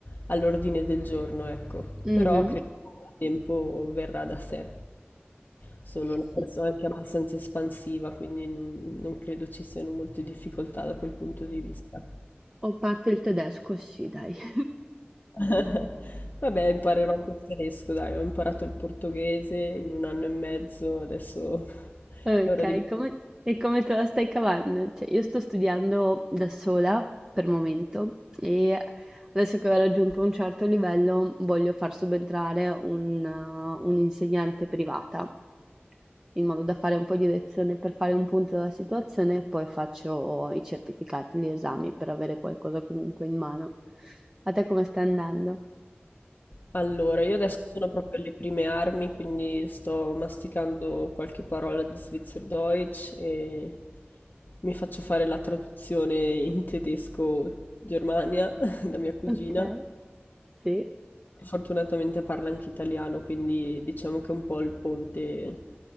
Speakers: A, on the left (about 55°); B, on the right (about 15°).
A: all'ordine del giorno, ecco,
B: mhm.
A: però credo che il tempo verrà da sé. Sono una
B: Sì.
A: persona anche abbastanza espansiva, quindi non, non credo ci siano molte difficoltà da quel punto di vista.
B: Ho parte il tedesco, sì, dai. <laughs>
A: <laughs> Vabbè, imparerò anche il tedesco, dai, ho imparato il portoghese in un anno e mezzo, adesso <laughs>
B: Ok,
A: è ora di imparare.
B: come- e come te la stai cavando? Cioè, io sto studiando da sola per momento e adesso che ho raggiunto un certo livello voglio far subentrare un, eh, un'insegnante privata in modo da fare un po' di lezione per fare un punto della situazione e poi faccio i certificati, gli esami per avere qualcosa comunque in mano. A te come sta andando?
A: Allora, io adesso sono proprio alle prime armi, quindi sto masticando qualche parola di Schweizerdeutsch e mi faccio fare la traduzione in tedesco Germania <laughs> da mia cugina
B: Ok, sì.
A: Fortunatamente parla anche italiano, quindi diciamo che è un po' il ponte